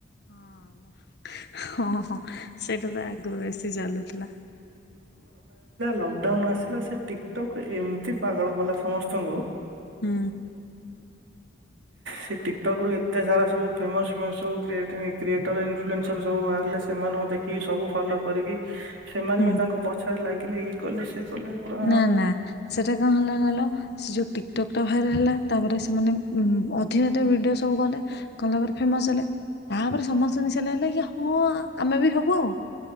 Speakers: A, on the left; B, on the right.
A: ହଁ। ହଁ ହଁ ସେଇଟା ତ ଆଗରୁ ବେଶୀ ଚାଲୁଥିଲା।
B: ଲକ୍ଡାଉନ ଆସିଲା ସେ ଟିକଟକ୍ ଏମିତି ପାଗଳ କଲା ସମସ୍ତଙ୍କୁ।
A: ହୁଁ।
B: ସେ ଟିକ କଟକ ରୁ ଏତେ ସାରା ସବୁ। ଫେମସ ଫେମସ୍ ସବ କ୍ରି କ୍ରଏଟର ଇନଫ୍ଲୁଏନ୍ସର ସବୁ ବାହାରିଲ ସେ- ସେମାନଙ୍କୁ ଦେଖିକି ସବୁ ଫଲୋ କରିକି। ସେମାନେ
A: ହୁଁ
B: ବି ତାଙ୍କ ପଛରେ ଲାଗି। କଲେ ସେ। କଲେ ପୁରା
A: ନା ନା ସେଟା କଣ ହେଲା ଗଲ ସେ ଯୋଉ ଟିକଟକ୍ ଟା ଭାଇରାଲ ହେଲା ତାପରେ ସେ। ସେମାନେ ଅଧିକ ଅଧିକ ଭିଡ଼ିଓ ସବୁ କଲେ କଲା ପରେ ଫେମସ୍ ହେଲେ ତାପରେ ସମସ୍ତେ ମିଶି ଲାଗିଲା କି ହଁ। ହଁ ଆମେ ବି ହବ ଆଉ